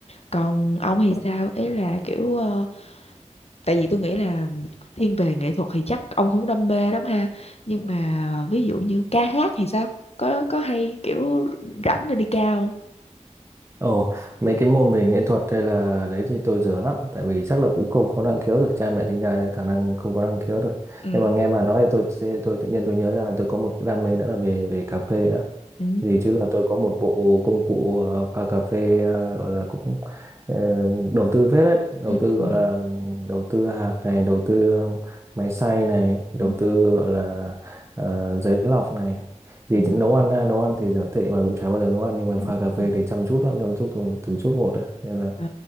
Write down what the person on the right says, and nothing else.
Ồ, mấy cái môn về nghệ thuật hay là đấy thì tôi dở lắm, tại vì chắc là cũng không có năng khiếu rồi, cha mẹ sinh ra khả năng không có năng khiếu rồi.
Nhưng mà nghe bà nói thì tôi tôi tự nhiên tôi nhớ ra là tôi có một cái đam mê nữa là về về cà phê nữa.
gì chứ là tôi có một bộ công cụ ờ, pha cà phê ờ, gọi là cũng ờ, đầu tư phết đấy đầu
tư gọi
là ừm, đầu tư hạt này đầu tư ờ, máy xay này đầu
tư gọi là ờ, giấy lọc này gì
chứ nấu ăn ha, nấu ăn thì dở tệ mà cũng chả bao giờ nấu ăn nhưng mà
pha cà phê
thì chăm chút lắm chăm chút từng, từng chút một đấy. nên là